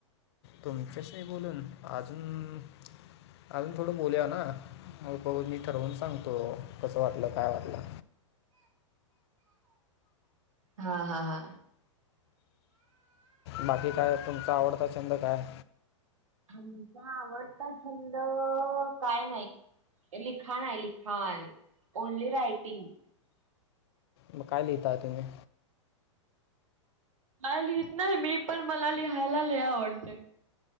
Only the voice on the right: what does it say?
हा हा हा
आमचा आवडता छंद काय नाही. लिखाण आहे लिखाण ओनली रायटिंग.
काही लिहीत नाही पण, लिहायला आवडतं.